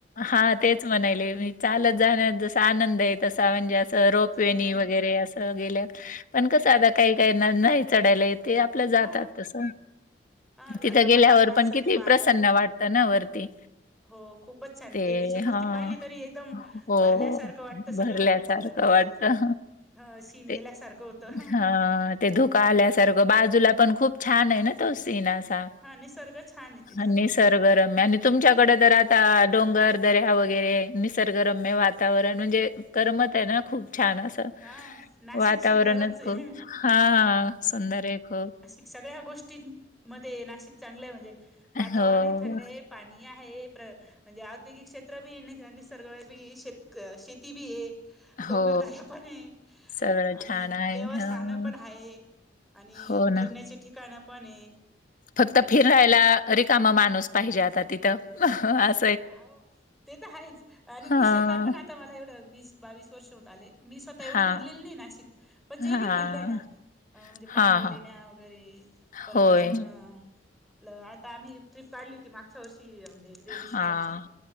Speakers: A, on the left (about 45°); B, in the centre.
A: हा तेच म्हणालेय मी चालत जाण्यात जसा आनंद ये, तसा म्हणजे असं रोप. वेणी
B: ह
A: वगैरे असं गेल्या. पण, कसं आता काही काहीना नाही चढायला येत. तेे आपल्या
B: हा
A: जातात. तस,
B: हा
A: तिथं
B: आता म्हातारे
A: गेल्यावर
B: माणसं
A: पण किती
B: किंवा
A: प्रसन्न
B: आजारी
A: वाटत ना वरती
B: हो, खूपच छान,
A: ते
B: देवीची मूर्ती
A: हां.
B: पाहिली तरी एकदम
A: हो,
B: भरल्यासार वाटत
A: भरल्यासारखं
B: सगळं, अ
A: वाटतं.
B: हे ह शीन
A: ते
B: गेल्यासारखं होतं.
A: हां, ते धुक आल्यासारखं, बाजूला पण खूप छान ये ना तो सीन असं
B: हा निसर्ग छान आहे तिथला
A: ता <unintelligible> हा निस सर्गरम्य आणि तुमच्याकड तर आता डोंगर, दऱ्या वगैरे निसर्गरम्य वातावरण म्हणजे कर्मत ये ना खूप छान अस त,
B: हा नाशिक
A: वातावरणच
B: सुंदरच आहे
A: खूप, हा सुंदर ये खूप
B: सगळ्या गोष्टींमध्ये नाशिक चांगलं ये, म्हणजे वातावरण
A: हो,
B: ही थंड ये. पाणी ये हाये. प्र म्हणजे औद्योगिक क्षेत्र बी, निसं निसर्ग बी शेत शेती बी ये. डोंगरदऱ्या
A: हो.
B: पण ये.
A: सगळं
B: आणि
A: छान आहे.
B: देवस्थान
A: हां,
B: पण हाये. आणि
A: हो
B: फिरण्याचे
A: ना.
B: ठिकाणं पण ये.
A: फक्त फिररायला रिकाम माणूस पाहिजे आता तिथं. आसं
B: हं आओ, ते तर हायेच. आणि मी
A: हां,
B: स्वतः पण आता मला एवढं वीस बावीस वर्ष होत आले मी स्वतः एवढी
A: हां,
B: फिरलेली नाई नाशिक, पण
A: हां,
B: जे बी फिरलेय ना अ म्हणजे पांडवलेण्या
A: हां, हां.
B: वगैरे परत
A: होय.
B: अजून आपल आता आम्ही ट्रिप काढली होती. मागच्या वर्षी म्हणजे ती रेनी सीझनची.
A: हां,